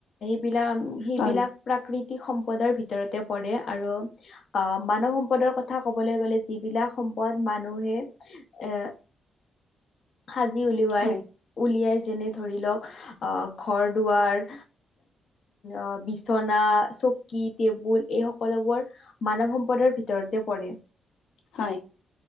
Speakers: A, on the left (about 50°); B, on the left (about 90°).
A: ইবিলাক সিবিলাক
B: হয়,
A: প্ৰাকৃতিক সম্পদৰ ভিতৰতে পৰে আৰু। অ', মানৱ সম্পদৰ কথা কবলৈ গ'লে যিবিলাক সম্পদ মানুহে। এ সাজি উলিওৱাই।
B: হয়,
A: উলিয়ায় যেনে ধৰি লওঁক অ ঘৰ-দুৱাৰ। অ বিচনা, চকী, টেবুল এই সকলোবোৰ। মানৱ সম্পদৰ ভিতৰতে পৰে।
B: হয়।